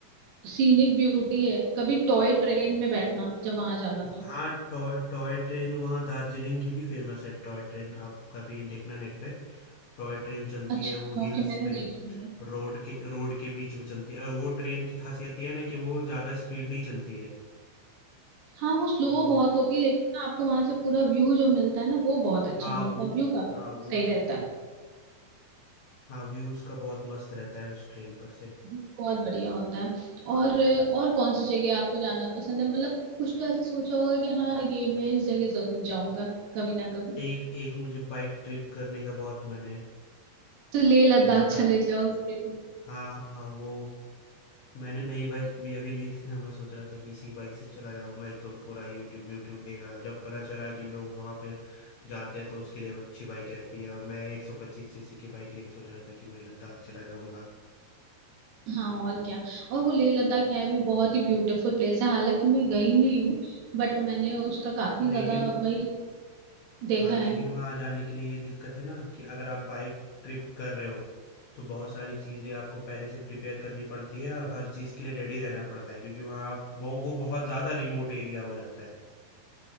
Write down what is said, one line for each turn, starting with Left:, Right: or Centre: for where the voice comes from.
Right: सीनिक ब्यूटी है कभी टॉय ट्रेन में बैठना जब वहां जाना तो
Left: हाँ टॉय टॉय ट्रेन वहाँ दार्जिलिंग की भी फेमस है टॉय ट्रेन आप कभी देखना नेट पे टॉय ट्रेन चलती
Right: अच्छा
Left: है वो हिल्स
Right: ओके मैंने
Left: पे
Right: देखी नहीं है।
Left: रोड के रोड के बीच में चलती है और वो ट्रेन की खासियत ये है ना कि वो ज़्यादा स्पीड नहीं चलती है
Right: हाँ वो स्लो
Left: वो
Right: बहुत होती है लेकिन ना आपको वहां से पूरा व्यू जो मिलता है ना वो बहुत अच्छा
Left: हाँ
Right: मिलता
Left: वो
Right: है व्यू काफी
Left: हाँ वो
Right: सही रहता है
Left: हाँ व्यू उसका बहुत मस्त रहता है उस ट्रेन पर से
Right: बहुत बढ़िया होता है और और कौन सी जगह आपको जाना पसंद है मतलब कुछ तो ऐसा सोचा होगा कि हाँ ये मैं इस जगह जरूर जाऊंगा कभी ना कभी
Left: एक एक मुझे बाइक ट्रिप करने का बहुत मन है
Right: तो लेह लद्दाख
Left: लद्दाख
Right: चले जाओ उसके लिए
Left: हाँ हाँ वो मैंने नई बाइक भी अभी ली थी ना मैं सोच रहा था कि इसी बाइक से चला जाऊंगा एकदम पूरा यूट्यूब यूट्यूब देख रहा जब पता चला कि लोग वहां पर जाते हैं तो उसके लिए अच्छी बाइक रहती है और मैं 125 सीसी की बाइक लेके सोच रहा था कि मैं लद्दाख चला जाऊंगा
Right: हाँ और क्या और वो लेह लद्दाख है भी बहुत ही ब्यूटीफुल प्लेस है हालांकि मैं गई नहीं हूँ बट मैंने उसका काफी ज्यादा
Left: लेकिन
Right: वही देखा
Left: हाँ लेकिन
Right: है
Left: वहाँ जाने के लिए ये दिक्कत है ना कि अगर आप बाइक ट्रिप कर रहे हो तो बहुत सारी चीजें आपको पहले से प्रिपेयर करनी पड़ती है और हर चीज के लिए रेडी रहना पड़ता है क्योंकि वहाँ आप- वो वो बहुत ज्यादा रिमोट एरिया हो जाता है